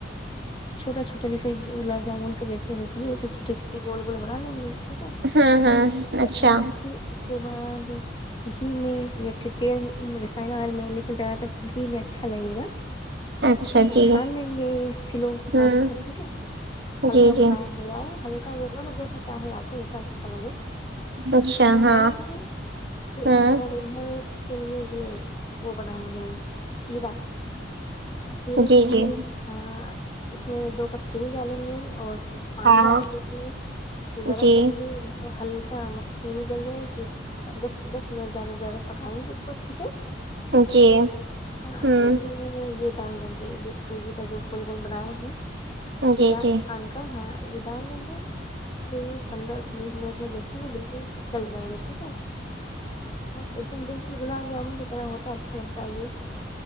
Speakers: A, on the left (about 25°); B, on the right (about 65°).
A: چھوٹا چھوٹا جیسے گلاب جامن کا جیسے ہوتی ہے ویسے چھوٹے چھوٹے گول گول بنا لیں گے ٹھیک ہے
B: ہوں ہوں اچھا
A: ہاں، پھر اس کے بعد گھی میں یا پھر تیل ریفائن آئل میں لیکن زیادہ تر گھی میں اچھا لگے گا
B: اچھا
A: اس کو
B: جی
A: چھان لیں گے سلو
B: ہوں
A: آچ پے ٹھیک ہے ہلکا
B: جی جی
A: براؤنڈ بلا ہے ہلکا مطلب جیسا چاہے آپ کو جیسا اچھا لگے
B: اچھا
A: اس کو چھان
B: ہاں
A: لیں گے فیر
B: ہوں
A: اس کے بعد ادھر اس کے لیے یے وہ بنائیں گے چیرا سیرے
B: جی
A: کے لے
B: جی
A: ہاں اس میں دو کپ چینی ڈالیں گے اور پھر پانی
B: ہاں
A: ڈالیں گے اس لیے اس کو گرم
B: جی
A: کریں گے مطلب ہلکا مطلب چینی گل جائے فیر دس دس منٹ زیادہ سے زیادہ پکائیں گے اس کو اچھے سے
B: جی
A: آ
B: ہوں
A: پھر اس میں یے ڈال دیں گے یے سوزی کا جو گول گول بنایا ہے
B: جی جی
A: چھان کا ہاں دالیں گے فیر پندرہ سے بیس مینٹ میں دیکھیں گے بالکل گل جائے گا ٹھیک ہے ہاں ایک دم بالکل گلاب جامن کا طرح ہوتا ہے اچھا لگتا ہے یے